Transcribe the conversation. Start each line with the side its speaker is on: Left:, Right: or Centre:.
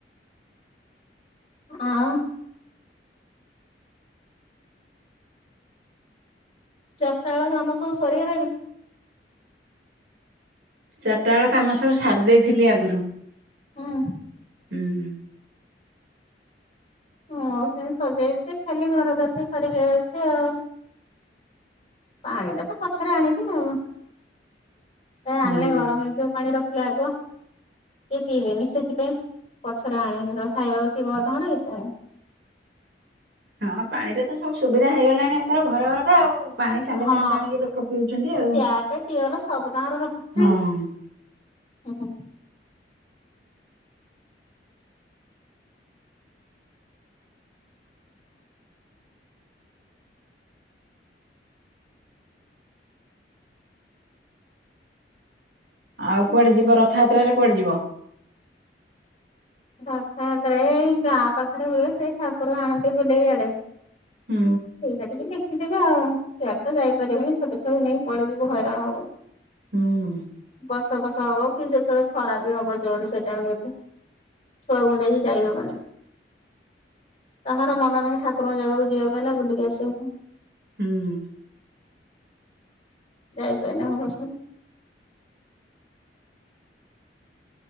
Left: ଆଉ ଚାରିଟା ବେଳ କାମ ସବୁ ସରିଗଲାଣି?
Right: ଚାରିଟା ବେଳ କାମ ସବୁ ସାରି ଦେଇ ଥିଲି ଆଗରୁ।
Left: ହଁ।
Right: <unintelligible>
Left: ହଁ, ସେମ୍ ସଜେଇଛି, ଖାଲି ଘର ଦ୍ୱାର ଟିକ୍ ଛାରି ଦିଆ ଆଇଛି ଆଉ। ପାଣି ଟା ତ ପଛରେ ଆଣିବି ଆଉ। ସେ ଆଣିଲେ
Right: ହୁଁ।
Left: ଗରମ ହେଇଯିବ ପାଣି ରଖିଲେ ଆଗ। କେହି ପିଇବେନି, ସେଥିପାଇଁ ପଛରେ ଆଣେ ଖାଇବାପିଇବା ପାଣି, ଏ ପାଣି।
Right: ହଁ ପାଣିରେ ତ ସବୁ ସୁବିଧା ହେଇଗଲାଣି ଏଥର ଘର ଘରକା ଆଉ। ପାଣି ସାଙ୍ଗେ
Left: ହଁ,
Right: ସାଙ୍ଗେ ତ ଆଣିକି ଲୋକ ପିଉଛନ୍ତି
Left: ତ
Right: ଆଉ।
Left: ଟ୍ୟାପ, ଟିଅଲ ସବୁ ତାଙ୍କର ରଖିଛି।
Right: ହଁ
Left: ଓଁ ହୋ।
Right: ଆଉ କୁଆଡେ ଯିବ, ରଥଯାତ୍ରାରେ କୁଆଡେ ଯିବ?
Left: ରଥାଯାତ୍ରରେ ଏଇ ଗାଁ ପାଖରେ ହୁଏ, ସେଇ ଠାକୁର ଆଣନ୍ତି ବୁଲେଇ ଇଆଡେ।
Right: ହୁଁ
Left: ସେଇଟା ଠିକେ ଦେଖ ଦେଖିଦବା ଆଉ, ସିଆଡ ତ ଯାଇପାରିବେନି, ଛୋଟ ଛୁଆ କୁ ନେଇକି କୁଆଡେ ଯିବୁ, ହଇରାଣ ହବୁ।
Right: ହୁଁ ଉଁ।
Left: ବର୍ଷା ଫର୍ଷା ହବ, କି ଯେତେବେଳେ ଖରା ବି ହବ ଜୋରରେ ସେଇଟାଇମ୍ କି। ଛୁଆକୁ ନେଇକି ଯାଇ ହବନି। ତାଙ୍କର ମନ ନାହିଁ ଠାକୁରଙ୍କ ଜାଗାକୁ ଯିବା ପାଇଁ ନା, ବୁଲିକି ଆସିବା ପାଇଁ।
Right: ହଁଅ।
Left: ଯାଇପାରୁନି <unintelligible>